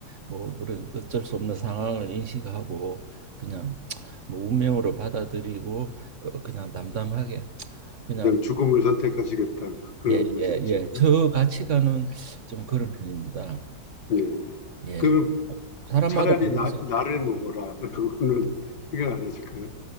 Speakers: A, on the right; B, on the left.
A: 뭐, 그런 어쩔 수 없는 상황을 인식하고 그냥 뭐, 운명으로 받아들이고 어, 그냥 담담하게 그냥
B: 그냥 죽음을 선택하시겠다 그런
A: 예,
B: 말씀이신가요?
A: 예, 예. 저 가치관은 좀 그런 편입니다.
B: 예.
A: 예.
B: 그러면
A: 사람마다
B: 차라리
A: 다르죠.
B: 나, 나를 먹어라라고는 <laughs> 생각 안 하실까요?